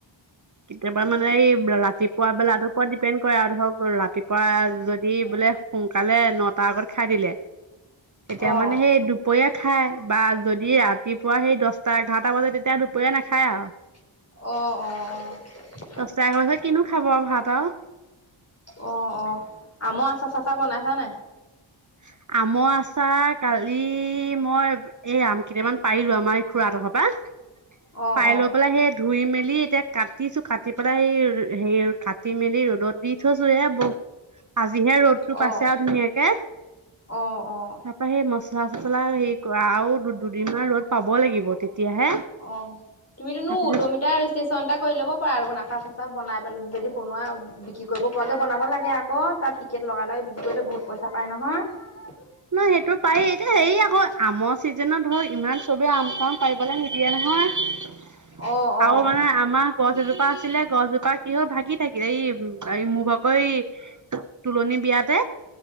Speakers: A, on the right (about 40°); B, on the left (about 30°).
A: কেতিয়াবা মানে, এই ৰাতিপুৱা বেলাটোৰ ওপৰত ডিপেণ্ড কৰে আৰু ধৰক, ৰা ৰাতিপুৱা যদি বোলে, সোনকালে নটা আগত খাই দিলে। তেতিয়া
B: অ অ
A: মানে, সেই দুপৰীয়া খাই বা যদি ৰাতিপুৱা সেই, দহটা-এঘাৰটা বজাত, তেতিয়া দুপৰীয়া নাখায় আৰু।
B: অ' অ'! <unintelligible>
A: দহটা এঘাৰটা বজাত কিনো খাব আৰু ভাত আৰু?
B: অ' অ'! আমৰ আচাৰ-চাচাৰ বনাইছা নাই?
A: <inaudible> আমৰ আচাৰ, কালি মই, এই আমকেইটামান পাৰিলোঁ, আমাৰ এই, খুড়াহঁতৰ ঘৰৰ পৰা।
B: অ',
A: পাই
B: অ',
A: লৈ পেলাই সেত ধুই মেলি এতিয়া কাটিছো কাটি পেলাই সেই হে কাটি মেলি ৰ'দত দি থৈছো এ ব আজিহে ৰ'দটো
B: অ',
A: পাইছে আৰু ধুনীয়াকে।
B: অ', অ',
A: তাৰপা সেই মচলা চচলা হেৰি কৰা আৰু দু- দুদিনমান ৰ'দ পাব লাগিব তেতিয়াহে
B: অ', তুমিতোনো
A: তাৰপিছত
B: উদ্যমিতাৰ ৰেজিষ্ট্ৰেচন এটা কৰি ল'ব পাৰা দেখোন <unintelligible> <unintelligible> বনাই পেলে যদি বনোৱা বিক্ৰী কৰিব পৰাকে বনাব লাগে আকৌ তাত টিকেট লগাই লগে বিক্ৰী কৰিলে বহুত পইচা পইচা পায় নহয়।
A: নহয় সেইটো পাৰি এতিয়া হেৰি আকৌ আমৰ চিজনত ধৰক ইমান চবেই আম চাম পাৰিবলৈ নিদিয়ে নহয়। <unintelligible>
B: অ',
A: আৰু
B: অ',
A: মানে আমাৰ গছ এজোপা আছিলে গছজোপা কি হল ভাগি থাকিল এই -এই মুগ আকৌ এই তোলনি বিয়াতে